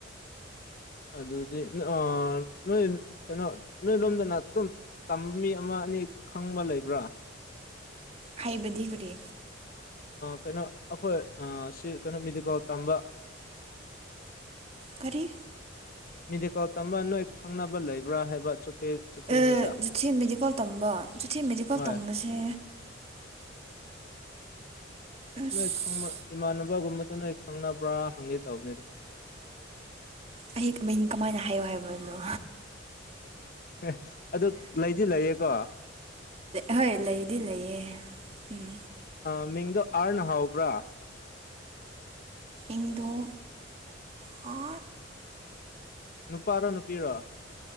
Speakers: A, on the left; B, on the right.
A: ꯑꯗꯨꯗꯤ ꯅꯣꯏ ꯀꯩꯅꯣ ꯅꯣꯏ ꯂꯣꯝꯗꯅ ꯑꯗꯨꯝ ꯇ ꯃꯤ ꯑꯃ ꯑꯅꯤ ꯈꯪꯕ ꯂꯩꯕ꯭ꯔꯥ
B: ꯍꯥꯏꯩꯕꯗꯤ ꯀꯔꯤ
A: ꯀꯩꯅꯣ ꯑꯩꯈꯣꯏ ꯁꯤ ꯀꯩꯅꯣ ꯃꯦꯗꯤꯀꯣꯜ ꯇꯝꯕ
B: ꯀꯔꯤ
A: ꯃꯤꯗꯤꯀꯥꯎ ꯇꯝꯕ ꯅꯣꯏ ꯈꯪꯅꯕ ꯂꯩꯕ꯭ꯔꯥ ꯍꯥꯏꯕ ꯆꯣꯊꯦ ꯆꯣꯊꯦ
B: ꯑꯦ
A: ꯃꯤꯗ
B: ꯆꯨꯊꯤ ꯃꯦꯖꯤꯀꯣꯜ ꯇꯝꯕ ꯆꯨꯊꯤ ꯃꯦꯖꯤꯀꯣꯜ
A: ꯍꯣꯏ
B: ꯇꯝꯕꯁꯦ ꯑꯁ
A: ꯅꯣꯏ ꯈꯪꯕ ꯏꯃꯥꯟꯅꯕꯒꯨꯝꯕ ꯑꯗꯨꯅ ꯑꯩ ꯈꯪꯅꯕ꯭ꯔꯥ ꯍꯪꯒꯦ ꯇꯧꯕꯅꯤꯗ
B: ꯑꯩ ꯃꯡ ꯀꯃꯥꯏꯅ ꯍꯥꯏꯌꯣ ꯍꯥꯏꯕꯅꯣ
A: ꯑꯦ ꯑꯗꯨ ꯂꯩꯗꯤ ꯂꯩꯌꯦꯀꯣ
B: ꯍꯣꯏ ꯂꯩꯗꯤ ꯂꯩꯌꯦ ꯎꯝ
A: ꯃꯃꯤꯡꯗꯣ ꯑꯥꯔꯅ ꯍꯥꯎꯕ꯭ꯔꯥ
B: ꯏꯗꯨ ꯑ
A: ꯅꯨꯄꯥꯔꯣ ꯅꯨꯄꯤꯔꯣ